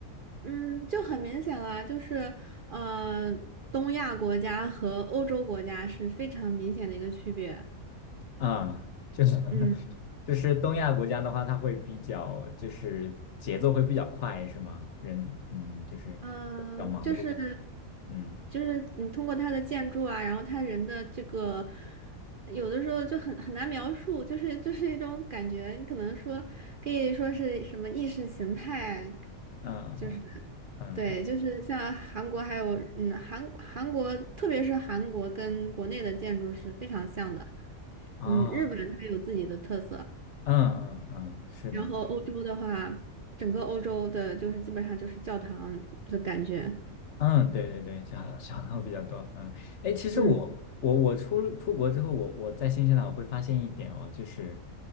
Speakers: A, on the right; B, on the left.
A: 嗯，就很明显了，就是呃，东亚国家和欧洲国家是非常明显的一个区别。
B: 啊、就是 <laughs>
A: 嗯。
B: 就是东亚国家的话，它会比较就是节奏会比较快，是吗？人嗯，就是比较忙碌。
A: 嗯，就是
B: 嗯
A: 就是你通过他的建筑啊，然后他人的这个，有的时候就很很难描述，就是就是一种感觉，你可能说可以说是什么意识形态，
B: 嗯嗯
A: 就是对，
B: 嗯嗯
A: 就是像韩国还有嗯韩韩国，特别是韩国跟国内的建筑是非常像的，
B: 啊
A: 嗯，日本它有自己的特色，
B: 嗯嗯嗯，是的。
A: 然后欧洲的话，整个欧洲的就是基本上就是教堂的感觉，
B: 嗯，对对对，小嗯小号比较多。嗯，哎，其实我我我出出国之后，
A: 嗯
B: 我我在新西兰我会发现一点哦，就是